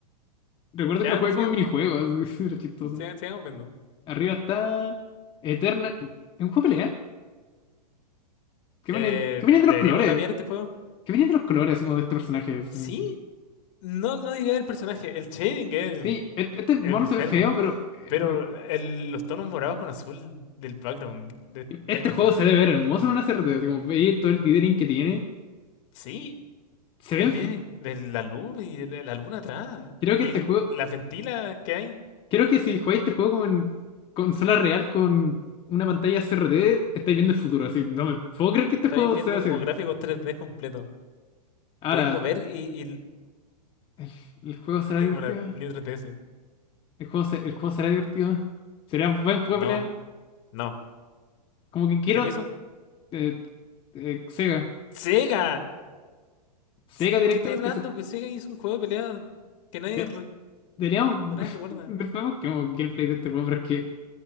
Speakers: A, on the left; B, on the left.
A: Recuerdo
B: Ya,
A: que lo jugué
B: sigamos,
A: como minijuego, así, <laughs> era chistoso.
B: siga- sigamos viendo.
A: Arriba está Eterna. ¿Es un juego de pelea? ¿Qué
B: Eh,
A: viene, qué viene
B: ¿deberíamos
A: de los colores?
B: labiar este juego?
A: ¿Qué viene de los colores, así como de este personaje? así?
B: Sí. No, no diría el personaje. El shading es,
A: Sí, et- este mono
B: es enfermo.
A: se ve feo, pero
B: Pero
A: eh,
B: el- los tonos morados con azul del background de
A: me-
B: esta
A: este
B: imagen.
A: juego se debe ver hermoso en una CRT, así como veis todo el dithering que tiene.
B: Sí.
A: Se
B: El
A: ve.
B: día de de la luz y el- la luna atrás.
A: Creo
B: Y
A: que este
B: l-
A: juego.
B: las ventilas que hay.
A: Creo que si jugáis este juego como en consola real con una pantalla CRT, estáis viendo el futuro. Así, no me puedo creer que este
B: Estáis
A: juego
B: viendo
A: sea así.
B: como gráficos 3D completos
A: Ahora,
B: podéis mover y,
A: ¿el, el juego será
B: Sí,
A: divertido?
B: como la New 3DS.
A: ¿El juego, se- el juego será divertido? ¿Será buen juego
B: No,
A: de pelea?
B: no.
A: Como que quiero
B: ¿Quién lo hizo?
A: eh, eh, Sega.
B: ¡Sega!
A: Sega
B: Ts-
A: directamente.
B: ¿Qué estás hablando?
A: hizo-
B: Que Sega hizo un juego de pelea que nadie,
A: de-
B: re-
A: deberíamos.
B: no nadie recuerda.
A: <laughs> Después busquemos gameplay de este juego, pero es que.